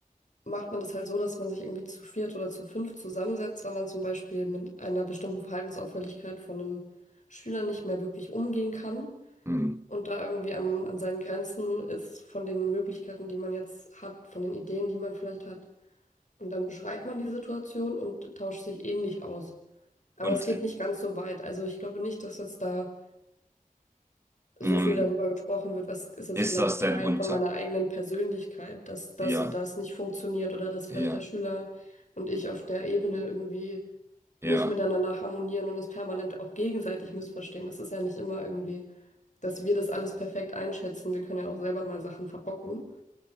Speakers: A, on the left; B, on the right.
A: macht man das halt so, dass man sich irgendwie zu viert oder zu fünf zusammensetzt, weil man zum Beispiel mit einer bestimmten Verhaltensauffälligkeit von einem Schüler nicht mehr wirklich umgehen kann
B: hm.
A: und da irgendwie am, an seinen Grenzen ist von den Möglichkeiten, die man jetzt hat, von den Ideen, die man vielleicht hat. Und dann beschreibt man die Situation und tauscht sich ähnlich aus. Aber
B: Und,
A: es geht
B: äh,
A: nicht ganz so weit. Also ich glaube nicht, dass jetzt da so
B: hm,
A: viel darüber gesprochen wird, was ist jetzt
B: ist
A: vielleicht
B: das
A: Teil
B: denn unter
A: von meiner eigenen Persönlichkeit, dass das
B: Ja,
A: und das nicht funktioniert oder dass vielleicht
B: ja,
A: der Schüler und ich auf der Ebene irgendwie
B: ja.
A: nicht miteinander harmonieren und uns permanent auch gegenseitig missverstehen. Das ist ja nicht immer irgendwie, dass wir das alles perfekt einschätzen. Wir können ja auch selber mal Sachen verbocken